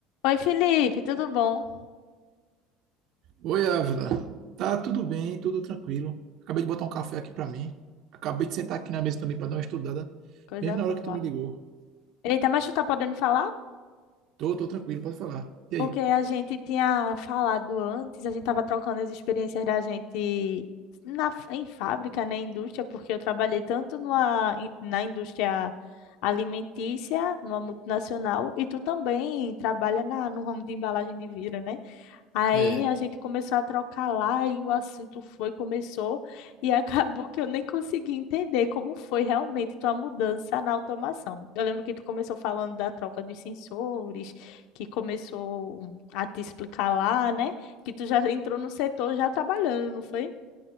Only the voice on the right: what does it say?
Oi, Ávila. Tá tudo bem, tudo tranquilo. Acabei de botar um café aqui pra mim. Acabei de sentar aqui na mesa também pra dar uma estudada,
mesmo
na hora que tu me ligou.
Tô, tô tranquilo, pode falar. E
aí?
É,